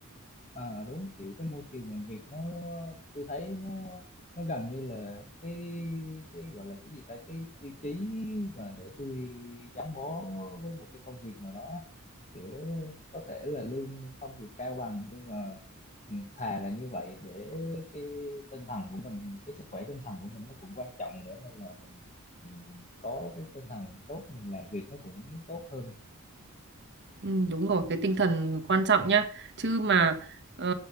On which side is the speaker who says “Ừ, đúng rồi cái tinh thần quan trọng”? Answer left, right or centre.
Right